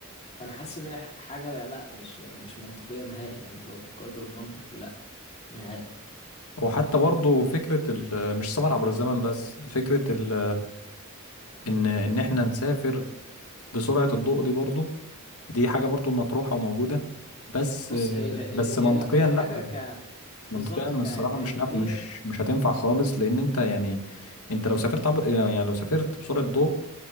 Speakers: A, on the left; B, on the left.
A: فانا حاسس ان هي ح- حاجه لا مش يعني مش منطقيه نهائي يعني انت لو فكرت بالمنطق لا نهائي
B: وحتى برضو فكره ال... مش سفر عبر الزمن بس فكره ال... ان ان احنا نسافر بسرعه الضوء دي برضو دي حاجه برضو مطروحه وموجوده بس
A: بص هي لا هي
B: بس منطقيا
A: لا هي
B: لا
A: حاجه ك بالظبط
B: منطقيا الصراحه
A: كعلميا
B: مش نافع مش مش هتنفع خالص لان انت يعني انت لو سافرت عب... يعني لو سافرت بسرعه ضوء